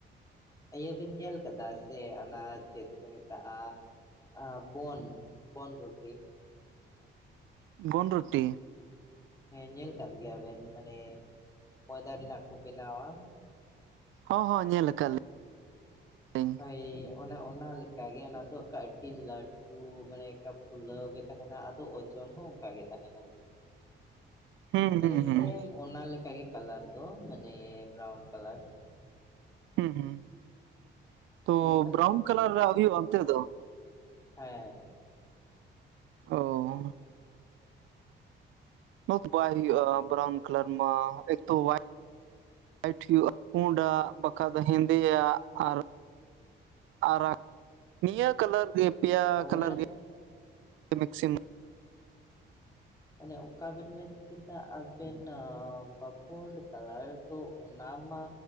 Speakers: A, on the left; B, on the right.
A: ᱤᱭᱟᱹ ᱵᱮᱱ ᱧᱮᱞ ᱠᱟᱫᱟ ᱥᱮ ᱚᱱᱟ ᱪᱮᱫ ᱠᱚ ᱢᱮᱛᱟᱜᱼᱟ ᱟᱨ ᱵᱚᱱ ᱵᱚᱱᱨᱩᱴᱤ᱾
B: ᱵᱳᱱᱨᱩᱴᱤ
A: ᱦᱮᱸ ᱧᱮᱞ ᱟᱠᱟᱫ ᱜᱮᱭᱟ ᱵᱮᱱ ᱢᱟᱱᱮ ᱢᱚᱭᱫᱟ ᱨᱮᱱᱟᱜ ᱠᱚ ᱵᱮᱱᱟᱣᱟ᱾
B: ᱦᱚᱸ ᱦᱚᱸ ᱧᱮᱞ ᱟᱠᱟᱫ ᱞᱤᱧ
A: ᱦᱚᱭ ᱚᱱᱮ ᱚᱱᱟ ᱞᱮᱠᱟᱜᱮ ᱚᱱᱟ ᱫᱚ ᱚᱠᱟ ᱟᱹᱰᱤ ᱞᱟᱹᱴᱩ ᱢᱟᱱᱮ ᱠᱟ ᱯᱷᱩᱞᱟᱹᱣ ᱜᱮ ᱛᱟᱦᱮᱱᱟ ᱟᱫᱚ ᱳᱡᱳᱱ ᱦᱚᱸ ᱚᱱᱠᱟᱜᱮ ᱛᱟᱦᱮᱱᱟ᱾
B: ᱞᱤᱧ
A: ᱢᱟᱱᱮ
B: ᱦᱩᱸ ᱦᱩᱸ ᱦᱩᱸ
A: ᱥᱮᱢ ᱚᱱᱟᱞᱮᱠᱟᱜᱮ ᱠᱟᱞᱟᱨ ᱫᱚ ᱢᱟᱱᱮ ᱵᱨᱟᱣᱩᱱ ᱠᱟᱞᱟᱨ᱾
B: ᱦᱩᱸ ᱦᱩᱸ ᱛᱚ
A: ᱢᱟᱱᱮ
B: ᱵᱨᱟᱣᱩᱱ ᱠᱟᱞᱟᱨ ᱨᱮ ᱦᱩᱭᱩᱜᱼᱟ ᱚᱱᱛᱮ ᱫᱚ?
A: ᱦᱮᱸᱻ᱾
B: ᱚᱻ᱾ <unintelligible> ᱛᱚ ᱵᱟᱭ ᱦᱩᱭᱩᱜᱼᱟ ᱵᱨᱟᱣᱩᱱ ᱠᱟᱞᱟᱨ ᱢᱟ ᱮᱠᱛᱚ <unintelligible> ᱦᱟᱭᱤᱴ ᱦᱩᱭᱩᱜᱼᱟ ᱯᱩᱸᱰᱟᱜ ᱵᱟᱠᱷᱟ ᱫᱚ ᱦᱮᱸᱫᱮᱭᱟᱜ ᱟᱨ ᱟᱨᱟᱜ ᱱᱤᱭᱟᱹ ᱠᱟᱞᱟᱨ ᱜᱮ ᱯᱮᱭᱟ
A: ᱚᱱᱟ
B: ᱠᱟᱞᱟᱨ ᱜᱮ ᱢᱮᱠᱥᱤᱢᱟᱢ
A: ᱚᱱᱮ ᱚᱠᱟᱵᱮᱱ ᱢᱮᱱ ᱠᱮᱫᱟ ᱟᱵᱮᱱ ᱯᱩᱱᱰ ᱠᱟᱞᱟᱨ ᱛᱚ ᱚᱱᱟ ᱢᱟ